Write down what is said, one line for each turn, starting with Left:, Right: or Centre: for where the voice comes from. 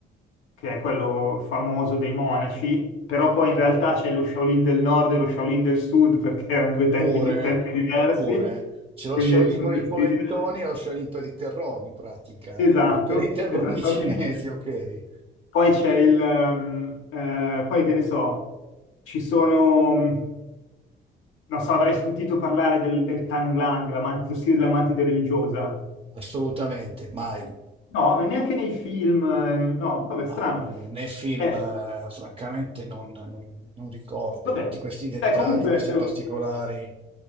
Left: che è quello famoso dei monaci, però poi in realtà c'è lo Shaolin del nord e lo Shaolin del sud perché erano due tempi
Right: Pure,
Left: tempi diversi,
Right: pure. C'è lo
Left: quindi
Right: Shaolin
Left: sono
Right: per
Left: due
Right: i polentoni
Left: stili diversi.
Right: e lo Shaolin per i terroni, in pratica.
Left: Esatto,
Right: Per i terroni
Left: esattamente.
Right: <laughs> cinesi, ok.
Left: Poi c'è il, ehm, eh, poi che ne so, ci sono, mm, non so, avrai sentito parlare del, del Tang Lang, l'amante- lo stile dell'amantide religiosa.
Right: Assolutamente, mai.
Left: No, non neanche nei film, eh, no, vabbè,
Right: Ma
Left: strano.
Right: eh, nei film,
Left: Eh,
Right: eh, francamente, non, non- non ricordo
Left: vabbè,
Right: tutti questi dettagli,
Left: beh, comunque,
Right: questi
Left: eh,
Right: particolari.